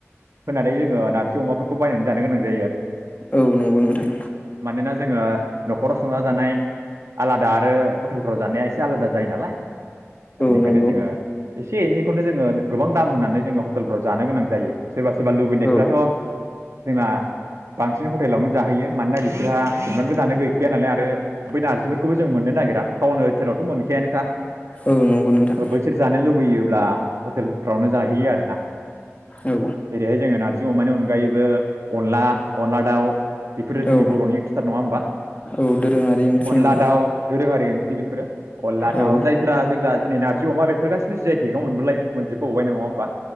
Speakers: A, on the right; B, on the left.
A: होनानै जोङो नारजि अमाफोरखौ बायनानै जानो गोनां जायो आरो।
B: औ नंगौ नोंथां।
A: मानोना जोङो न'खराव संना जानाय आलादा आरो हटेलफ्राव जानाया एसे आलादा जायो नालाय।
B: औ
A: बेनिखायनो
B: नंगौ
A: जोङो एसे एनैखौनो जोङो गोबां दाम होनानै जोङो हटेलफोराव जानो गोनां जायो। सोरबा सोरबा लुबैनायफ्राथ'
B: औ
A: जोंना। बांसिन हटेलावनो जाहोयो मानोना बिसोरहा सनमानबो जानो गैखाया नालाय आरो बै नारजिफोरखौबो जों मोननो नागिरा टाउन ओनसोलावथ' मोनखायानोखा
B: औ नंगौ नोंथां
A: ओ बैसोर जानो लुबैयोब्ला हटेलफ्रावनो जाहैयो आरोना
B: औ
A: जेरैहाय जोङो नारजि अमानि अनगायै ओ अनला अनला दाव बेफोरो
B: औ
A: जोंनि बर'नि ओंख्रिथार नङा होमबा
B: औ दोरोङारि ओंख्रि
A: अनला
B: औ
A: दाउ दोरोङारि ओंख्रि बेफोरो अनला
B: औ
A: दाउ जायफोरा जोंना दिनै नारजि अमाफोर गासिबो जि आय थेगाव मोनबोलाय मोनोब बावबाय नङा होमबा?